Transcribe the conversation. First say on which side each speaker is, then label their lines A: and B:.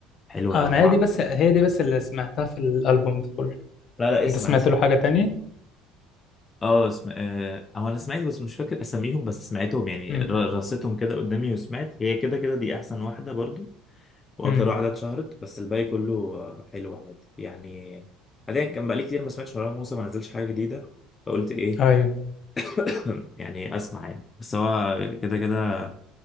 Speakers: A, on the left (about 25°); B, on the left (about 50°).
A: حلوة
B: آه
A: قوي
B: أنا هي دي بس هي دي بس اللي سمعتها في الألبوم ده كله
A: لا لا اسمع
B: أنت سمعت
A: اسمع
B: له حاجة تانية؟
A: اه اسم... آه، هو انا سمعت بس مش فاكر اساميهم بس سمعتهم يعني
B: مم.
A: ر- رصيتهم كده قدامي وسمعت هي كده كده دي احسن واحده برضو واكتر
B: مم.
A: واحده اتشهرت بس الباقي كله آه، حلو عادي يعني حاليا كان بقالي كتير ما سمعتش مروان موسى ما نزلش حاجه جديده فقلت ايه
B: أيوه
A: <clears throat> يعني اسمع يعني بس هو كده كده